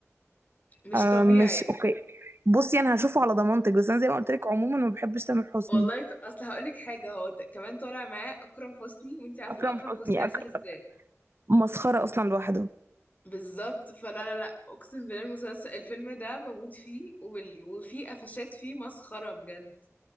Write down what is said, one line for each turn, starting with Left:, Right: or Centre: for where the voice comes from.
Left: مش
Right: آه،
Left: طبيعي
Right: مش اوكي بصي انا هشوفه على ضمانتك بس انا زي ما قلت لك عموما ما بحبش تامر حسني
Left: والله ط- اصل هقول لك حاجه هو ت- كمان طالع معاه اكرم حسني وانت عارفه
Right: اكرم
Left: اكرم
Right: حسني
Left: حسني عسل
Right: أك...
Left: ازاي
Right: مسخره اصلا لوحده
Left: بالظبط فلا لا لا اقسم بالله المسلسل الفيلم ده بموت فيه وال... وفيه قفشات فيه مسخره بجد